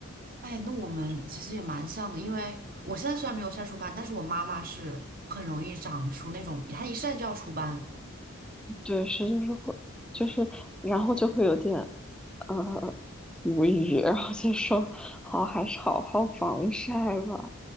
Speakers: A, on the right; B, in the centre.
A: 哎，那我们其实也蛮像的，因为我现在虽然没有晒出斑，但是我妈妈是很容易长出那种，她一晒就要出斑。
B: 对，是就是会就是然后就会有点呃无语，然后就说好还是好好防晒吧。